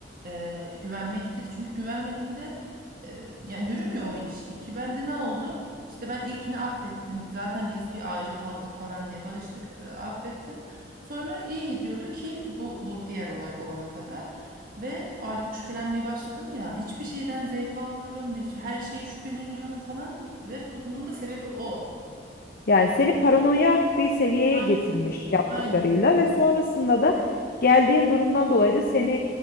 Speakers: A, on the right; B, on the left.
A: e, güvenmektir. Çünkü güvenmediğinde e, yani yürümüyor o ilişki ki bende ne oldu? İşte ben ilkini affettim. Zaten biz bir ayrı kaldık falan diye barıştık, e, affettim. Sonra iyi gidiyordu ki bu bu diğer olay olana kadar. Ve artık şüphelenmeye başladım ya. Hiçbir şeyden zevk almıyorum. hiç- Her şeye şüpheleniyorum falan. Ve bunun da sebebi o.
B: Yani seni
A: Ve
B: paranoyak bir seviyeye
A: Aynen.
B: getirmiş yaptıklarıyla
A: Aynen.
B: ve sonrasında da geldiğin durumdan dolayı da seni